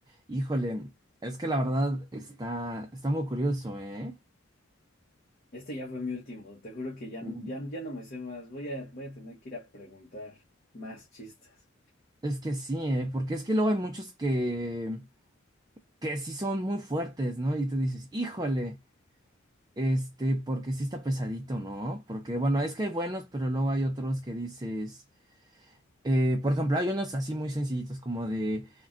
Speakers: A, on the right; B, on the left.
A: Híjole, es que la verdad está, está muy curioso, ¿eh?
B: Este ya fue mi último, te juro que ya,
A: Mm,
B: ya, ya no me sé más, voy a, voy a tener que ir a preguntar más chistes.
A: Es que sí, ¿eh? Porque es que luego hay muchos que, que sí son muy fuertes, ¿no? Y tú dices, híjole, este, porque sí está pesadito, ¿no? Porque, bueno, es que hay buenos, pero luego hay otros que dices... Eh, por ejemplo, hay unos así muy sencillitos como de...